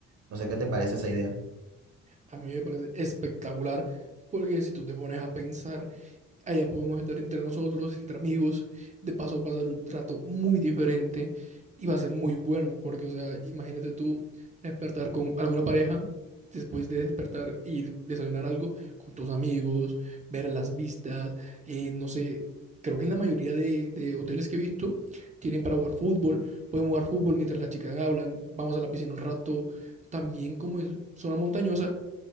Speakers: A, on the right; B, on the right.
A: No sé qué te parece esa idea.
B: a mí me parece espectacular, porque si tú te pones a pensar, Allá podemos estar entre nosotros, entre amigos. De paso, va a ser un trato muy diferente y va a ser muy bueno, porque, o sea, imagínate tú despertar con alguna pareja, después de despertar, ir desayunar algo con tus amigos, ver las vistas, eh, no sé. Creo que en la mayoría de, de hoteles que he visto tienen para jugar fútbol. Podemos jugar fútbol mientras las chicas hablan. Vamos a la piscina un rato. También como es zona montañosa,